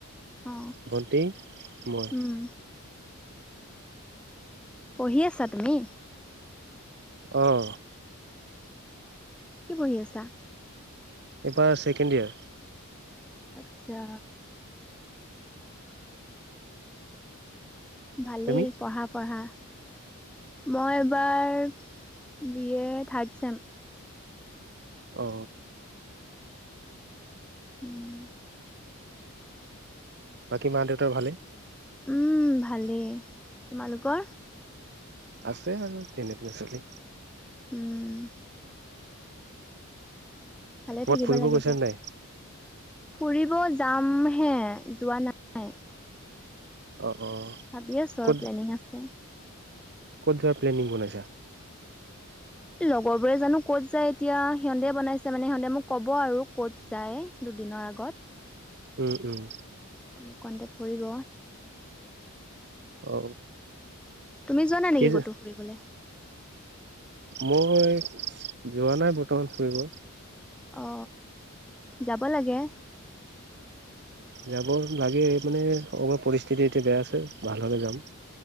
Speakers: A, in the centre; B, on the right.
A: অ
B: ভণ্টি মই,
A: উম পঢ়ি আছা তুমি?
B: আহ।
A: কি বহি আছা?
B: ইপ চেকেণ্ড ইয়াৰ,
A: আচ্ছা। ভালেই
B: তুমি
A: পঢ়া পঢ়া, মই এইবাৰ বি এ থাৰ্ড ছেম।
B: অ।
A: উম।
B: বাকী মা দেউতাৰ ভালে?
A: উম ভালেই। তোমালোকৰ?
B: আছে আৰু তেনেকেই চলি।
A: উম। ভালে
B: ক'ৰবাত
A: থাকিব
B: ফুৰিব
A: লাগে
B: গৈছা
A: দিয়া।
B: নাই
A: ফুৰিব, যাম হে যোৱা নাই।
B: অ অ,
A: ভাবি আছো
B: ক'ত
A: আৰু প্লেনিং আছে
B: ক'ত যোৱাৰ প্লেনিং বনাইছা?
A: লগৰ বোৰে জানো ক'ত যায় এতিয়া, সিহতে বনাইছে মানে সিহঁতে মোক ক'ব আৰু ক'ত যায়। দিনৰ আগত।
B: উম উম।
A: তাৰ মোক কণ্টেক্ট কৰিব।
B: অ।
A: তুমি যোৱানাই
B: কি
A: নেকি ক'তো ফুৰিবলে।
B: মই যোৱা নাই বৰ্তমান ফুৰিব।
A: অ, যাব লাগে।
B: যাব লাগে মানে অকমান পৰিস্থিতি এতিয়া বেয়া আছে, ভাল হলে যাম।